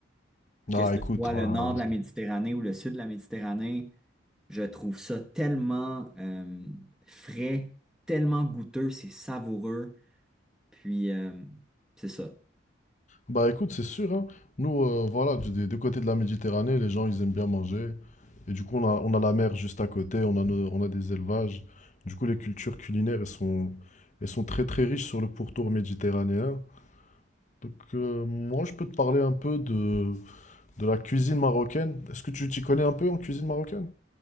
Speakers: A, in the centre; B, on the left (about 35°).
A: Que
B: Ah,
A: ce
B: écoute,
A: soit
B: bah,
A: le nord de la Méditerranée ou le sud de la Méditerranée, je trouve ça tellement euh, frais, tellement goûteux, c'est savoureux. Puis, euh, c'est ça.
B: Bah écoute, c'est sûr, hein. Nous, euh, voilà, du, des deux côtés de la Méditerranée, les gens, ils aiment bien manger. Et du coup, on a, on a la mer juste à côté, on a, nos- on a des élevages. Du coup, les cultures culinaires, elles sont, elles sont très très riches sur le pourtour méditerranéen. Donc, euh, moi, je peux te parler un peu de, de la cuisine marocaine. Est-ce que tu t'y connais un peu en cuisine marocaine?